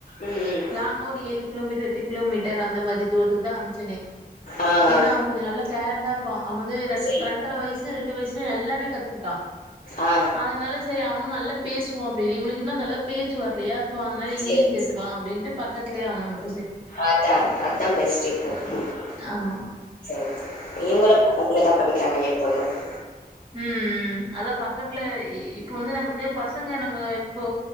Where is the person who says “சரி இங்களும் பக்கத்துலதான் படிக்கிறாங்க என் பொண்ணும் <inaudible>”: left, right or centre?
Left